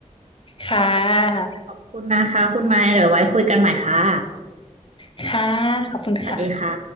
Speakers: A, on the left (about 40°); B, on the right (about 60°).
A: ค่ะ
B: ขอบคุณนะคะคุณไม้เดี๋ยวไว้คุยกันใหม่ค่ะ
A: ค่ะขอบคุณค่ะ
B: สวัสดีค่ะ